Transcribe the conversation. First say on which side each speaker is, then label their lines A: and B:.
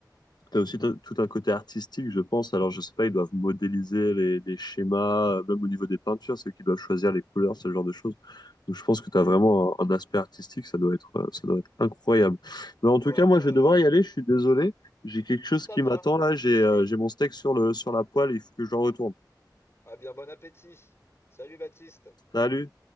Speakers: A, on the left; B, on the left.
A: T'as aussi t- tout un côté artistique, je pense. Alors, je sais pas, ils doivent modéliser les, les schémas, euh, même au niveau des peintures, ceux qui doivent choisir les couleurs, ce genre de choses. Donc, je pense que tu as vraiment un, un aspect artistique, ça doit être, euh, ça doit être incroyable. Mais en tout
B: Ouais,
A: cas, moi,
B: ouais.
A: je vais devoir y aller, je suis désolé. J'ai quelque chose
B: ça
A: qui
B: marche,
A: m'attend là,
B: pas de
A: j'ai
B: souci.
A: euh, j'ai mon steak sur le, sur la poêle, il faut que je le retourne.
B: Ah bien, bon appétit. Salut Baptiste.
A: Salut!